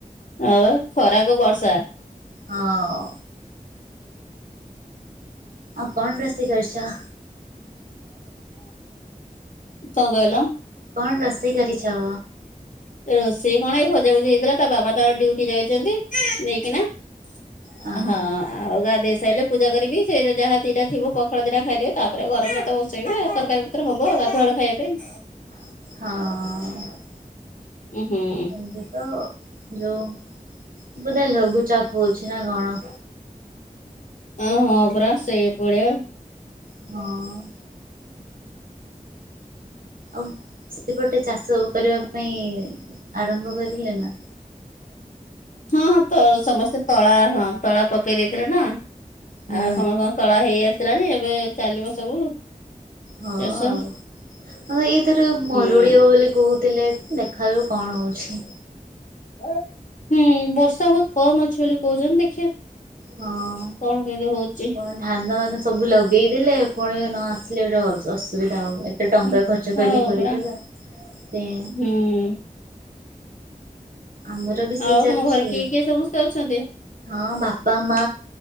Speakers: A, on the left (about 60°); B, on the right (about 80°).
A: ହଁପା ଖରାକୁ ବର୍ଷା।
B: ହଁ। ଆଉ କଣ ରୋଷେଇ କରିଚ?
A: କଁ କହିଲ?
B: କଣ ରୋଷେଇ କରିଛ?
A: ରୋଷେଇ କଣ ଏଇ ଭଜାଭୁଜି ହେଇଥିଲା ତା ବାବାତ ଡିଉଟି ଯାଇଚନ୍ତି। ନେଇକିନା ହଁ।
B: ହଁ
A: ଆଉ ଯାହା ଗାଧେଇ ସାଇଲେ ପୂଜା କରିବି ସେ ଯାହା ଦିଟା ଥିବ ପଖାଳ ଦିଟା ଖାଇଦେବି ତାପରେ ଗରମଭାତ ବସେଇବି ଆଉ ତରକାରୀ ହବ ଗାଧୁଆବେଳ ଖାଇବା ପାଇଁ।
B: ହଁ ଅ ଅ।
A: ଉଁ ହୁଁ।
B: ଏବେତ ଯୋଉ ବୋଧେ ଲଘୁଚାପ ହୋଉଚିନା କଣ।
A: ଅଁ ହଁ ପରା ସେଇ ଭଳିଆ।
B: ହଁ। ଆଉ ସେଇପଟେ ଚାଷ କରିବା ପାଇଁ ଆରମ୍ଭ କରିଲେନା?
A: ହଁ ତ ସମସ୍ତେ ତଳା ହଁ ତଳା ପକେଇ ଦେଇଥିଲେ ନା ଆଉ
B: ହୁଁ
A: ସମସ୍ତ ଙ୍କ ତଳା ହେଇ ଆସିଲାଣି ଏବେ ଚାଲିବ ସବୁ
B: ହଁ
A: ଚାଷ
B: ଆଉ, ହଁ ଏଇଥର
A: ହୁଁ।
B: ମରୁଡ଼ି ହବ ବୋଲି କହୁଥିଲେ ଦେଖାଯାଉ କଣ ହେଉଚି।
A: ହୁଁ ବର୍ଷା ବହୁତ୍ କମ୍ ଅଛି ବୋଲି କହୁଚନ୍ତି ଦେଖିଇ।
B: ହଁ।
A: କଣ କେମିତି ହଉଚି।
B: କଣ ଧାନ ଏନେସବୁ ଲଗେଇଦେଲେ ପୁଣି ନଆସିଲେ ଗୋଟେ ଅସୁବିଧା ହୁଏ। ଏତେ ଟଙ୍କା
A: ହୁଁ।
B: ଖର୍ଚ୍ଚ
A: ହଁ
B: କରିକି କରିଥିଲା
A: ପରା
B: ସେ
A: ହୁଁ
B: ଆମର ବି ସେଇ
A: ଆଉ
B: ଚାଲିଛି
A: ତମ ଘରେ କିଏ
B: ଆଉ।
A: କିଏ ସମସ୍ତେ ଅଛନ୍ତି?
B: ହଁ ବାପା ମା